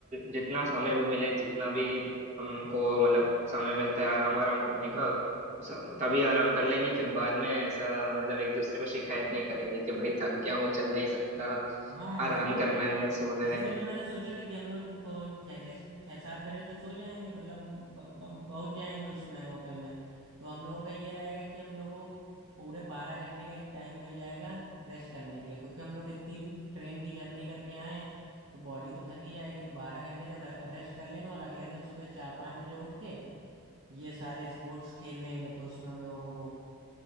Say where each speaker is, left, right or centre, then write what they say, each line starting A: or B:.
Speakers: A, on the right (about 30°); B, on the right (about 60°).
A: जितना समय भी मिले जितना भी हमको मतलब समय मिलता है आराम आराम करने
B: हाँ
A: का उस- तभी आराम कर लेंगे फिर बाद में ऐसा मतलब एक दूसरे को शिकायत नहीं करेंगे कि भाई थक गया हूँ चल नहीं सकता
B: हाँ
A: आराम
B: इसी
A: करना है सोना
B: इसीलिए
A: है
B: तो मैंने सोचा था कि हम लोग को जैसे छः सात बजे तक सो जाएंगे मतलब ब- ब- पहुंच जाएंगे उसमें होटल में तो हम लोगों का ये रहेगा कि हम लोगों को पूरे बारह घंटे का एक टाइम मिल जाएगा रेस्ट करने के लिए क्योंकि हम लोग इतनी ट्रेन की जर्नी करके आए हैं तो बॉडी तो थकी जाएगी तो बारह घंटे जब रेस्ट कर लेंगे और अगले दिन सुबह चार पाँच बजे उठ के ये सारे स्पोर्ट्स खेल लेंगे तो उसमें हम लोगों को वो